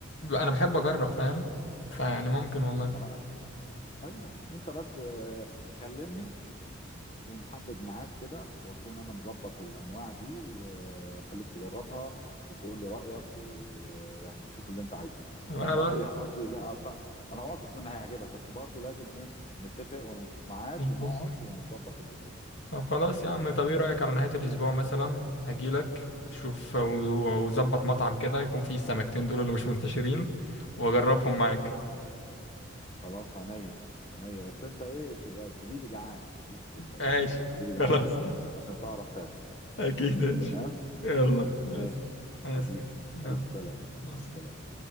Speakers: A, on the left; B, on the left.
A: انا بحب اجرب فاهم فيعني ممكن والله
B: انا ايوه انت بس آه، كلمني ونحدد ميعاد كده واكون انا مظبط الانواع دي وخليك تجربها وتقول لي رايك ويعني تشوف اللي انت عايزه
A: طب انا
B: يعني
A: بقى
B: قصدي قصدي لا اصلا انا واثق من إن هيعجبك بس برضه لازم ايه نتفق ونشوف ميعاد
A: <laughs>
B: ونقعد
A: بز-
B: ونظبط الامور
A: طب خلاص يا عم طب ايه رايك على نهايه الاسبوع مثلا اجيلك شوف و- وظبط مطعم كده يكون فيه السمكتين دول اللي مش منتشرين واجربهم معاك
B: خلاص عينيا عينيا بس انت ايه تبقى تجيلي جعان ما تجيش شبعان
A: ماشي
B: تجيلي جعان
A: خلاص
B: كده
A: <laughs>
B: عشان تعرف تاكل
A: اكيد ماشي
B: تمام
A: يلا بس
B: ماشي
A: بس
B: حبيبي
A: يلا
B: الف سلام
A: مع السلامة.
B: مع السلامه